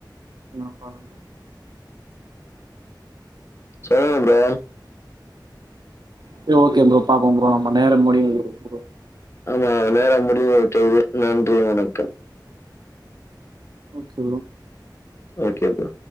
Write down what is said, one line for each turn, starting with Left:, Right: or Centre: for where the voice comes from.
Right: இன்னு பாக்லாம் ப்ரோ
Left: சொல்லுங்க ப்ரோ
Right: சரி ஓகே ப்ரோ பாப்போ ப்ரோ நம்ம நேர முடியரது ப்ரோ
Left: ஆமா நேர முடிவுற்றது நன்றி வணக்கம்
Right: ஓகே ப்ரோ
Left: ஓகே ப்ரோ